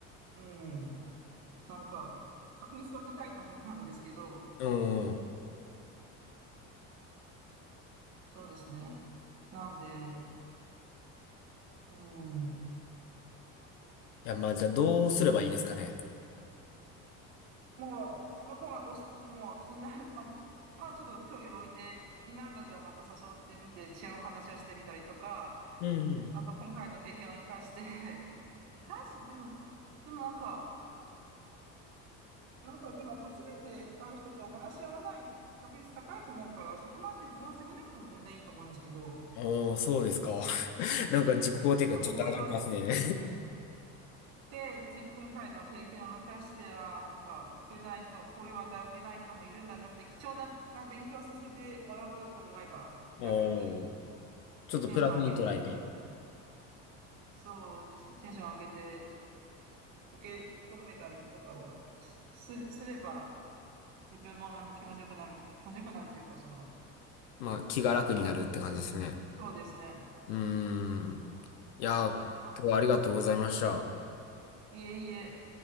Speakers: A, on the right (about 55°); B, on the left (about 85°).
A: うん、なんか、確率は高いと思うんですけど、
B: うーん。
A: そうですね。なんで、うん。
B: いや、まあじゃあどうすればいいですかね。
A: もう、その子はどうし、もう気になる、まだ、まあちょっと距離を置いて、気になるんだったらまた誘ってみて、治安の話をしてみたりとか、
B: うん
A: あと今回の経験を生かして <laughs> 生かすっても、でもなんか、なんかでも初めて会う人と話し合わない確率高いと思うから、そこまで自分を責めなくても全然いいと思うんですけど、
B: うん。おー、そうですか。<laughs> なんか自己肯定感ちょっと上がりますね。
A: と思います。で、じ、今回の経験を生かして、あーなんか、受けない人、こういう話題を受けない人もいるんだなって、貴重な、な勉強させてもらったと思えば、
B: <laughs> おー、
A: 逆に
B: ちょっとプラスに捉えて、
A: テンション上げて、そうですね、テンション上げて、受け止めたりとかは、しす、すれば、自分もなんか気持ちよくなる、気持ちよくなるというか、その、
B: まあ気が楽になるって感じですね。
A: そうですね。
B: うーん。いやー、
A: あ、
B: 今日はありがとうございました。
A: いえいえ。